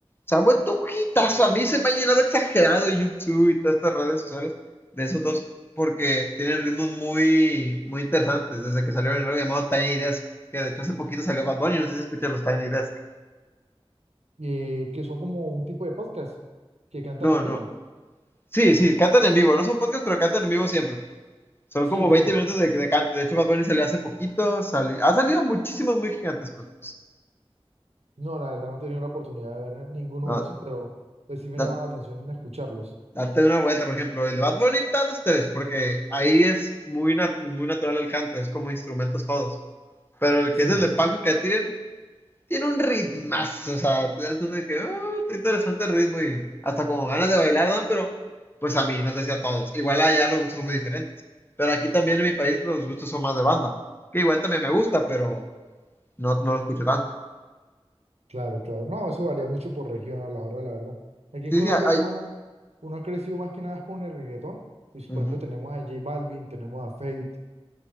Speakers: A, on the left (about 20°); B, on the right (about 85°).
A: se ha vuelto un hitazo. A mí se me ha llenado exagerado YouTube y todas estas redes sociales de esos dos, porque tienen ritmos muy, muy interesantes. Desde que salieron en algo llamado Tiny Desk, que de hecho hace poquito salió Bad Bunny, no sé si escuchan los Tiny Desk.
B: Eh, que son como un tipo de podcast que cantan
A: No,
B: en
A: no.
B: vivo.
A: Sí, sí, cantan en vivo, no son podcasts, pero cantan en vivo siempre. Son
B: Sí,
A: como 20
B: sí.
A: minutos de, de cante. De hecho, Bad Bunny salió hace poquito, sali- ha salido muchísimos muy gigantescos, pues.
B: No, la verdad no he tenido la oportunidad de ver ninguno
A: No,
B: de esos, pero pues sí me
A: da-
B: llama la atención en escucharlos.
A: date una vuelta, por ejemplo, el de Bad Bunny está dos tres, porque ahí es muy, nat- muy natural el canto, es como instrumentos todos. Pero el que
B: Sí,
A: es el de Paco y Catirel tiene un ritmazo, o sea, te das cuenta de que "Ah, está interesante el ritmo y hasta como ganas de bailar dan, pero pues a mí, no sé si a todos. Igual allá los gustos son muy diferentes. Pero aquí también en mi país los gustos son más de banda, que igual también me gusta, pero no, no lo escucho tanto.
B: claro, claro. No, eso varía mucho por región a la hora, la verdad. Aquí en
A: Sí,
B: Colombia
A: sí, hay.
B: uno, uno ha crecido más que nada con el reggaetón. Pues,
A: ujú.
B: por ejemplo, tenemos a J Balvin, tenemos a Feid,